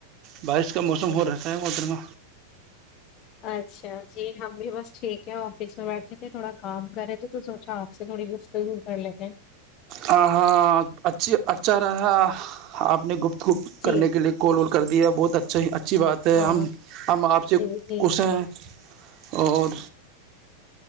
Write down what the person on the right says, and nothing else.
بارش کا موسم ہو رہا ہے مترمہ
ہ ہاں اچھی اچھا رہا آپ نے گپ کو
کرنے کے لئے کال اور کر دیا بہت اچھا اچھی بات ہے
ہم ہم آپ سے
کش ہیں اور